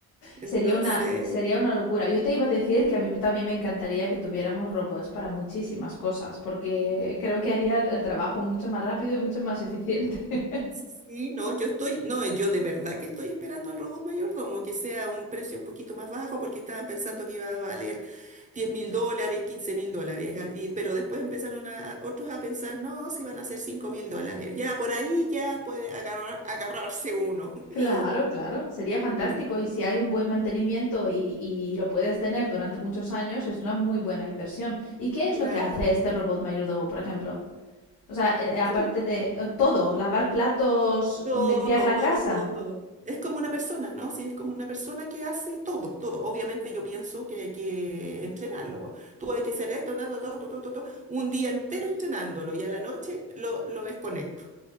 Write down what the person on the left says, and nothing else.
Sería una, sería una locura. Yo te iba a decir que a mí también me encantaría que tuviéramos robots para muchísimas cosas, porque
creo que harían el trabajo mucho más rápido y mucho más eficiente. <laughs>
Claro, claro, sería fantástico
y si hay un buen mantenimiento y, y lo puedes tener durante muchos años, es una muy buena inversión. ¿Y qué es
lo que hace este robot mayordomo, por ejemplo? O sea, eh, aparte
de eh, todo, lavar platos,
limpiar la
casa,